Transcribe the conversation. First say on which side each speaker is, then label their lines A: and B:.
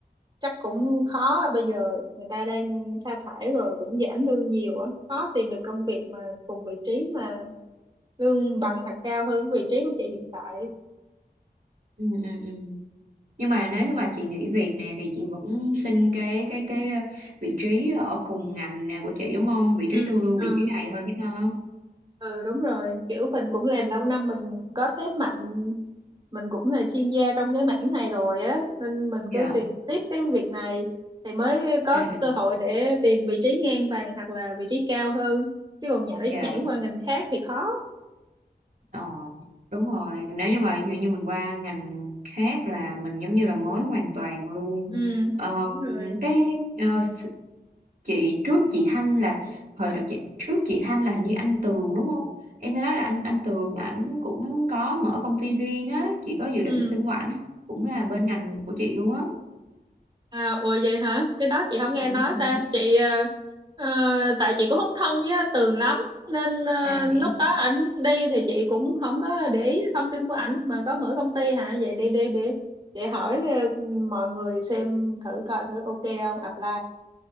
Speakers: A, on the right; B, on the right.
A: chắc cũng khó bây giờ người ta đang sa thải rồi cũng giảm lương nhiều á khó tìm được công việc mà cùng vị trí mà lương bằng hoặc cao hơn vị trí của chị hiện tại
B: Ừ. Ừ. ừ. nhưng mà nếu như mà chị nghỉ việc nè thì chị vẫn xin cái cái cái ờ, vị trí ở cùng ngành nè của chị đúng không vị
A: Ừ,
B: trí tương đương vị
A: ừ.
B: trí này thôi chứ nó
A: ừ đúng rồi kiểu mình cũng làm lâu năm mình có thế mạnh mình cũng là chuyên gia trong cái mảng này rồi á nên mình
B: dạ
A: cứ tìm tiếp cái việc này thì mới có
B: à, ừ.
A: cơ hội để tìm vị trí ngang bằng hoặc là vị trí cao hơn chứ còn nhảy
B: dạ
A: nhảy qua ngành khác thì khó
B: ờ đúng rồi nếu như mà ví dụ như mình qua ngành khác là mình giống như là mới hoàn toàn luôn
A: ừ
B: ờ,
A: đúng rồi
B: cái ờ, chị trước chị Thanh là hồi đầu chị trước chị Thanh là hình như anh Tường đúng không em nghe nói là anh anh Tường ảnh cũng có mở công ty riêng á chị có dự định
A: ừ
B: xin qua ảnh không? cũng là bên ngành của chị luôn á
A: À, ủa vậy hả? Cái đó chị không nghe
B: Dạ
A: nói
B: đúng rồi.
A: ta. Chị ờ, ờ, tại chị cũng không thân với anh Tường lắm nên ờ,
B: À
A: lúc
B: vậy
A: đó ảnh đi thì chị cũng không có để ý thông tin của ảnh mà có mở công ty hả? Vậy để để để để hỏi ờ, mọi người xem thử coi thử ok không apply.